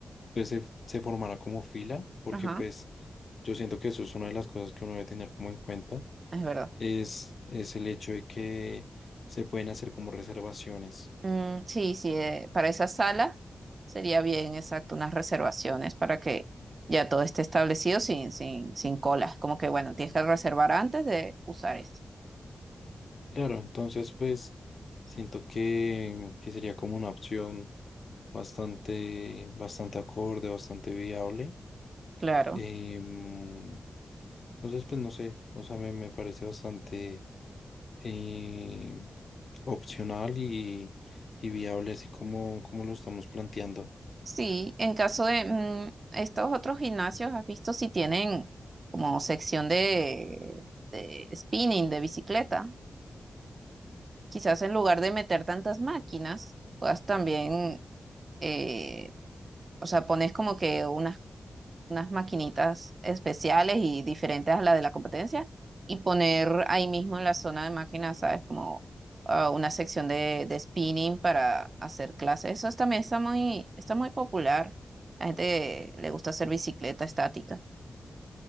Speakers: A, on the left; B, on the right.
A: pues se, se formara como fila, porque
B: Ajá,
A: pues yo siento que eso es una de las cosas que uno debe tener como en cuenta
B: es verdad.
A: es, es el hecho de que se pueden hacer como reservaciones.
B: Mm, sí, sí, eh, para esa sala sería bien, exacto, unas reservaciones para que ya todo esté establecido sin, sin, sin colas. Como que, bueno, tienes que reservar antes de usar esto.
A: Claro, entonces pues siento que, que sería como una opción bastante, bastante acorde, bastante viable.
B: Claro.
A: Em, entonces pues no sé, o sea, me, me parece bastante eh, opcional y, y viable así como, como lo estamos planteando.
B: Sí, en caso de mm, estos otros gimnasios, ¿has visto si tienen como sección de, de spinning, de bicicleta? Quizás en lugar de meter tantas máquinas, puedas también, eh, o sea, pones como que unas unas maquinitas especiales y diferentes a la de la competencia y poner ahí mismo en la zona de máquinas, ¿sabes? Como ah, una sección de, de spinning para hacer clases. Eso es- también está muy, está muy popular. La gente le gusta hacer bicicleta estática.